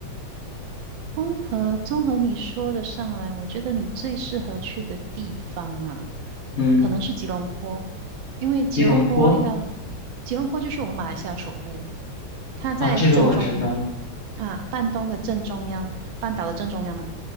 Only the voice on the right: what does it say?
综合综合你说的上来，我觉得你最适合去的地方啊，
可能是吉隆坡，因为吉隆坡要，
吉隆坡就是我们马来西亚首都，它在正中
啊，半东的正中央，半岛的正中央嘛，